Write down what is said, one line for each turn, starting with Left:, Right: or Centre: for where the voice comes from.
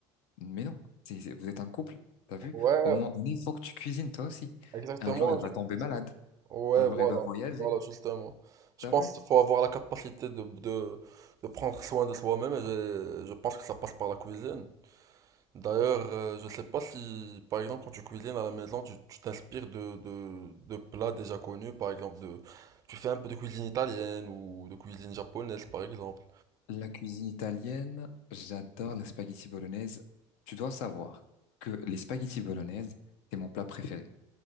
Left: mais non, c'est, c'est- vous êtes un couple, t'as vu?
Right: Ouais,
Left: Au moment donné, il faut que tu cuisines toi aussi.
Right: exactement.
Left: Un jour, elle
Right: je-
Left: va tomber malade,
Right: Ouais,
Left: un jour,
Right: voilà.
Left: elle va voyager,
Right: Voilà, justement. Je
Left: t'as
Right: pense
Left: vu?
Right: qu'il faut avoir la capacité de, de, de prendre soin de soi-même et je, je pense que ça passe par la cuisine. D'ailleurs, euh, je sais pas si, par exemple, quand tu cuisines à la maison, tu tu t'inspires de, de, de plats déjà connus, par exemple, de, tu fais un peu de cuisine italienne ou de cuisine japonaise, par exemple.
Left: La cuisine italienne, j'adore la spaghetti bolognaise. Tu dois savoir que les spaghetti bolognaise, c'est mon plat préféré.